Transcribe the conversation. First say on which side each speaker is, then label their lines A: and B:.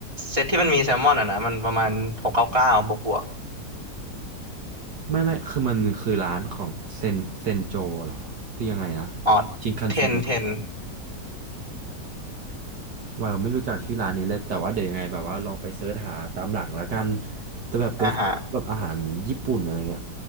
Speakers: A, on the right (about 15°); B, on the right (about 70°).
A: เซตที่มันมีแซลมอนอ่ะนะมันประมาณหกเก้าเก้าบวกบวก
B: ไม่ไม่คือมันคือร้านของเซนเซนโจเหรอคือยังไงนะ
A: อ๋อ
B: ชินคันเซ็น
A: เทนเทน
B: ว่าเราไม่รู้จักชื่อร้านนี้เลยแต่ว่าเดี๋ยวยังไงแบบว่าลองไปเสิร์ชหาตามหลังแล้วกันแต่แบบเป็นของแบบอาหารญี่ปุ่นอะไรเงี้ย
A: อ่าฮะ